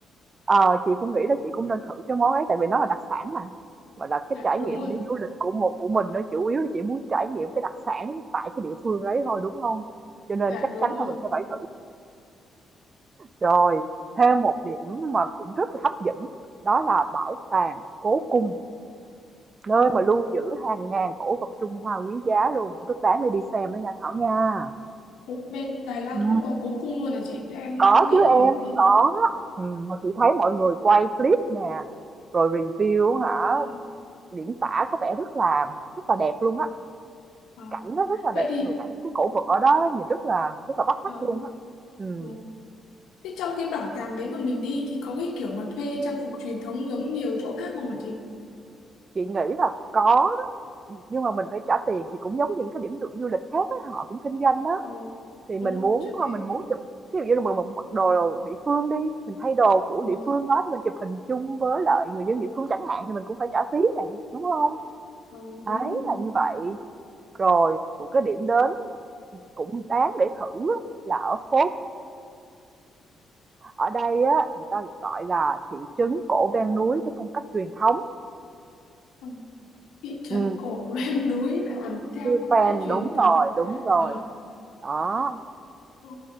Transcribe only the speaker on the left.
dạ
đúng
rồi
dạ
đúng
rồi
Ồ,
ồ, bên Đài Loan
cũng có cố cung luôn à chị em
cứ nghĩ
là
phải đi
Ờ,
ờ.
vậy
thì
ờ,
ừ. Thế trong cái bảo tàng đấy mà mình đi thì có cái kiểu mà thuê trang phục truyền thống giống nhiều chỗ khác không hả chị?
Ờ,
đúng rồi,
chắc em
ờ,
ờ, đúng
rồi, đúng
rồi.
Ờ, thị trấn
cổ ven <laughs> núi lại còn theo
phong
cách truyền
thống.
Ờ,
ờ.